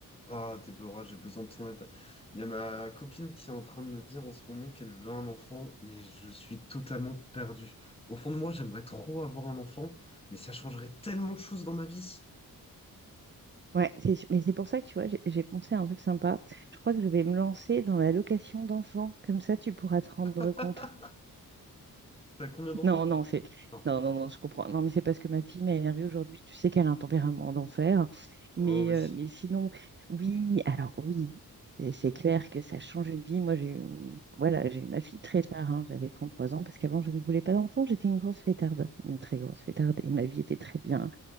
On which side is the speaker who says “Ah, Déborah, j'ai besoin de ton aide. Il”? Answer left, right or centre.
Left